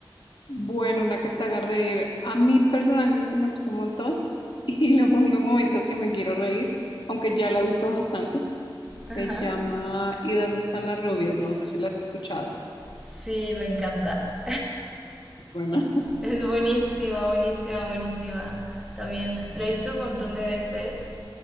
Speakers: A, on the left; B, in the centre.
A: Bueno, una que te haga reír. A mí personalmente me gustó un montón <laughs> y lo pongo en momentos que me quiero reír, aunque ya la he visto bastante. Se
B: Ajá.
A: llama ¿Y dónde están las rubias? No sé si las has escuchado.
B: Sí, me encanta.
A: Muy buena.
B: Es buenísima, buenísima, buenísima. También la he visto un montón de veces